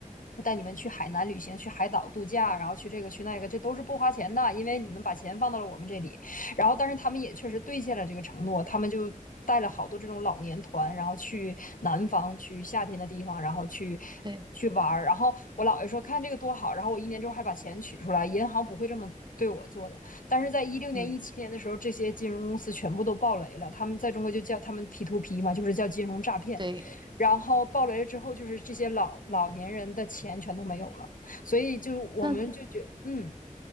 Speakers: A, on the left; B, on the right.
A: 我带你们去海南旅行，去海岛度假，然后去这个去那个，这都是不花钱的，因为你们把钱放到了我们这里。然后，但是他们也确实兑现了这个承诺，他们就带了好多这种老年团，然后去南方，去夏天的地方，然后去
B: 对
A: 去玩儿。然后我姥爷说看这个多好，然后我一年之后还把钱取出来，银行不会这么对我做的。但是在一六年、
B: 嗯
A: 一七年的时候，这些金融公司全部都爆雷了，他们在中国就叫他们 P to P 嘛，就是叫金融诈骗。
B: 对。
A: 然后暴雷了之后，就是这些老老年人的钱全都没有了，所以就我们就觉得嗯，
B: 那。